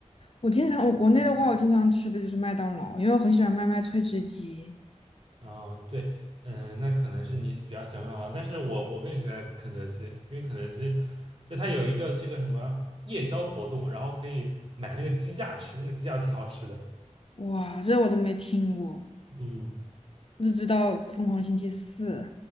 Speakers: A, on the left; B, on the right.
A: 我经常，我国内的话，我经常吃的就是麦当劳，因为我很喜欢麦麦脆汁鸡。
B: 哦，对，嗯，那可能是你比较喜欢麦当劳，但是我我更喜欢肯德基，因为肯德基就它有一个这个什么夜宵活动，然后可以买那个鸡架吃，那个鸡架挺好吃的。
A: 哇，这我都没听过，
B: 嗯
A: 只知道疯狂星期四。